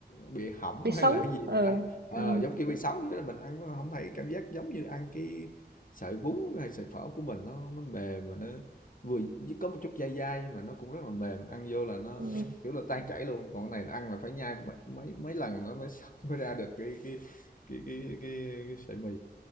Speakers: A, on the left; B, on the right.
A: bị hỏng
B: để sống
A: hay là cái gì mình
B: ừ.
A: ăn Ờ,
B: Ừ.
A: giống kiểu bị sống vậy đó mình ăn nó không thấy cảm giác giống như ăn cái sợi bún hay sợi phở của mình nó nó mềm mà nó vừa có một chút dai dai nhưng mà nó cũng rất là mềm ăn vô là nó,
B: Ừ.
A: nó kiểu là tan chảy luôn còn cái này ăn là phải nhai mấy mấy, mấy lần nó mới <laughs> mới ra được cái cái cái cái, cái, cái sợi mì